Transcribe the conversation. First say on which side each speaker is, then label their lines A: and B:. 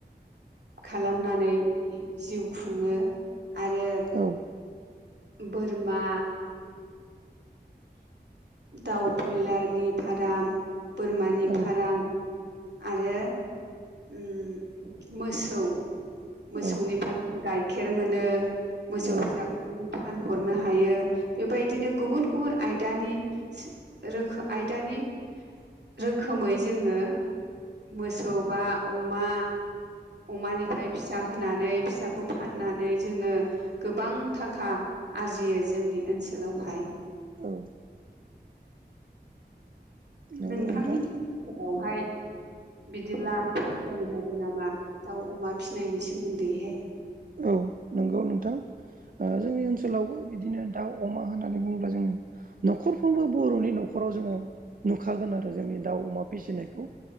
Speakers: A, on the right; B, on the right.
A: खालामनानै जिउ खुङो आरो
B: औ
A: बोरमा दाउ बयलारनि फार्म बोरमानि
B: औ
A: फार्म। आरो उम मोसौ मोसौनिफ्राय
B: औ
A: जों गाइखेर मोनो। मोसौ
B: औ
A: फिसाखौ जों फानहरनो हायो बेबायदिनो गुबुन गुबुन आयदानि सो रोखो आयदानि रोखोमै जोङो मोसौ बा अमा अमानिफ्राय फिसा होनानै फिसाखौ फाननानै जोङो गोबां थाखा आरजियो जोंनि ओनसोलावहाय
B: औ। नंगौ
A: नोंथांनि
B: नोंथां
A: <unintelligible> फोरावहाय बिदिब्ला फोरमायनो हागोन नामा? दाउ अमा फिसिनायनि सोमोन्दैहाय।
B: औ नंगौ नोंथां। ओ जोंनि ओनसोलावबो बिदिनो दाउ अमा होननानै बुङोब्ला जोङो न'खरफ्रोमबो बर'नि न'खराव जोङो नुखागोन आरो जोंनि दाउ अमा फिसिनायखौ।